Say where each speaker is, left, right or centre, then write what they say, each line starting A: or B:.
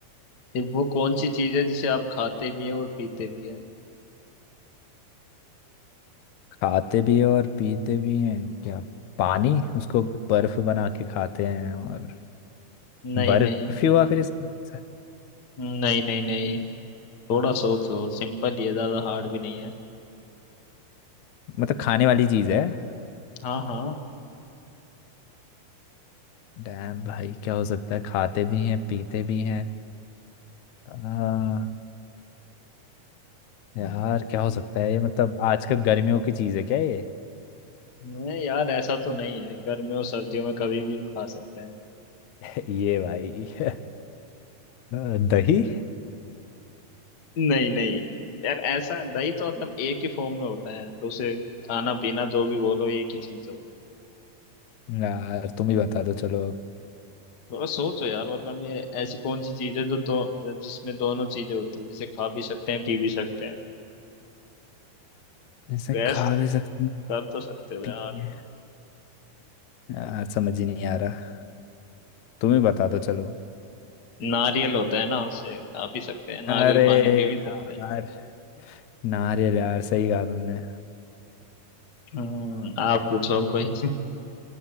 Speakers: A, on the left (about 70°); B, on the left (about 85°).
A: ये वो कौन सी चीज है जिसे आप खाते भी है और पीते भी है
B: खाते भी हैं और पीते भी हैं क्या पानी उसको बर्फ बना के खाते हैं और
A: नहीं
B: बर्फ
A: नहीं
B: ही हुआ फिर इसका
A: नहीं नहीं नहीं थोड़ा सोचो सिंपल ही है ज्यादा हार्ड भी नहीं है
B: मतलब खाने वाली चीज है
A: हाँ हाँ
B: डैम भाई क्या हो सकता है खाते भी हैं पीते भी हैं आ, यार क्या हो सकता है ये मतलब आजकल गर्मियों की चीज है क्या ये
A: नहीं यार ऐसा तो नहीं है गर्मियों सर्दियों में कभी भी खा सकते हैं
B: <laughs> ये भाई <laughs> आ, दही
A: नहीं नहीं यार ऐसा दही तो मतलब एक ही फॉर्म में होता है तो उसे खाना पीना जो भी बोलो एक ही चीज हो
B: यार तुम ही बता दो चलो
A: थोड़ा सोचो यार मतलब ये ऐसी कौन सी चीज है जो दो जिसमें दोनों चीजें होती है जिसे खा भी सकते हैं पी भी सकते हैं
B: जैसे
A: बेस्ट
B: खा भी सकती हैं,
A: कर तो सकते हो
B: पी
A: यार
B: भी हैं। यार समझ ही नहीं आ रहा तुम ही बता दो चलो
A: नारियल होता है ना उससे खा भी सकते हैं नारियल
B: अरे
A: पानी पी भी
B: यार
A: सकते हैं
B: नारियल यार सही कहा तुमने
A: हम्म, आप पूछो आप कोई